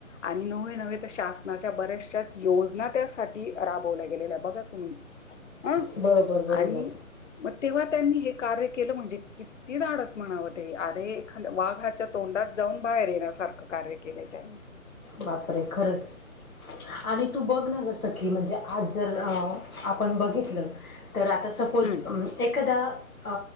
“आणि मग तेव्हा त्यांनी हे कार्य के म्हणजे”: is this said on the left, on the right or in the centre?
Left